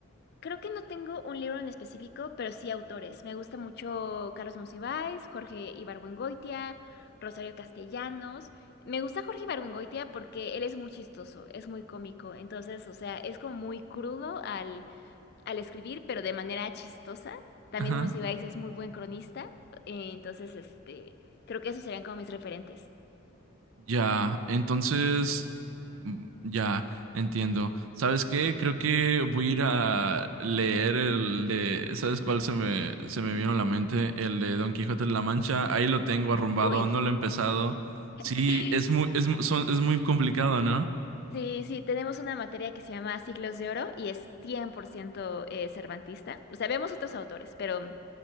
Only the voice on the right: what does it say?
Ajá.
Ya, entonces, mm, ya, entiendo. ¿Sabes qué? Creo que voy a ir a leer el de, ¿sabes cuál se me, se me vino a la mente? El de Don Quijote de la Mancha. Ahí lo tengo arrumbado,
no lo he empezado. Sí,
es muy, es, mu- son- es muy complicado, ¿no?